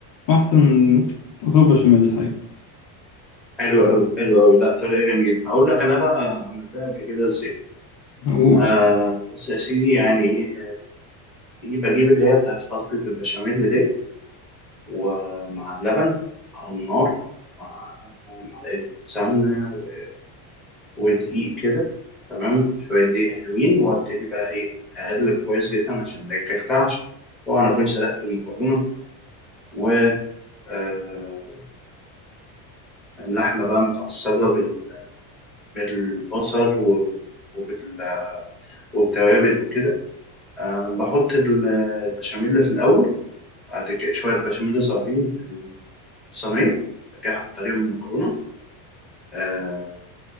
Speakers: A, on the left; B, in the centre.
A: وأحسن مكرونة بشاميل الحقيقة
B: حلو قوي حلو قوي لا طريقه جميله اقول لك انا بقى عملتها قبل كده ازاي
A: أقول
B: آه بص يا سيدي يعني ايه إيه، بجيب اللي هي بتاعت خلطه البشاميل دي ومع اللبن على النار مع معلقة سمنة و... ودقيق كده تمام شوية دقيق حلوين وابتدي بقى إيه أقلب كويس جدا عشان ما يكلكعش طبعا أكون سلقت المكرونة و آه، اللحمة بقى متعصجة بال... بالبصل و... وبال... وبالتوابل وكده أه بحط ال- البشاميل في الأول بعد كده شوية بشاميل صغيرين في الصينية بعد كده أحط عليهم المكرونة آه،